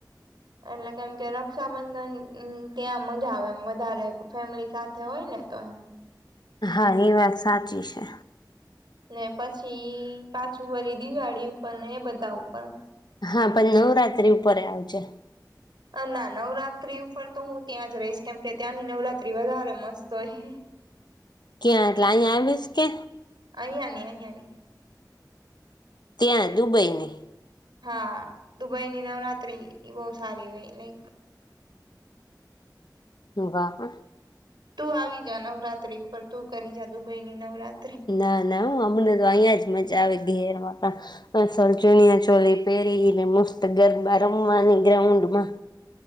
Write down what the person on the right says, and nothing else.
એટલે કેમ કે રક્ષાબંધન ત્યાં મજા આવે વધારે ફેમિલી સાથે હોય ને તો એમ
ને પછી પાછું વળી દિવાળી ઉપર ને એ બધા ઉપર
ના નવરાત્રી ઉપર તો હું ત્યાં જ રહીશ કેમકે ત્યાંની નવરાત્રી વધારે મસ્ત હોય
અહીંયાની અહીયાની
હા દુબઈની નવરાત્રી એ બહુ સારી હોય લઈક
તું આવી જા નવરાત્રી ઉપર તું કરી જા દુબઈ ની નવરા